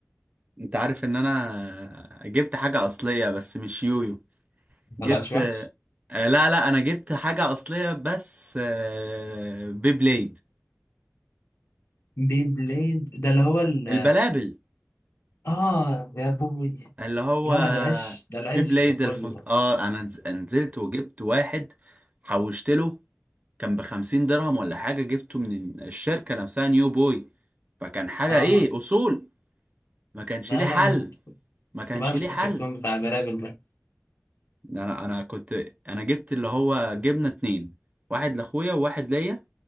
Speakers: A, on the right; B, on the left.
A: انت عارف ان انا جبت حاجة اصلية بس مش يويو
B: ما
A: جبت
B: طلعتش وحش
A: آه، لا لا انا جبت حاجة اصلية بس آه، بيبليد
B: بي بليد ده اللي هو ال...
A: البلابل
B: آه يا أبوي
A: اللي هو
B: لا لا ده العيش ده العيش
A: بيبليد
B: كله
A: الحص...
B: ده
A: اه انا نز- نزلت وجبت واحد حوشت له كان بخمسين درهم ولا حاجة جبته من الشركة نفسها نيو بوي فكان حاجة
B: اه
A: ايه اصول ما كانش
B: لا
A: ليه حل
B: لا انا كنت
A: ما
B: كنت
A: كانش
B: بعشق
A: ليه حل
B: الكرتون بتاع البلابل ده
A: انا انا كنت انا جبت اللي هو جبنه اتنين واحد لاخويا وواحد ليا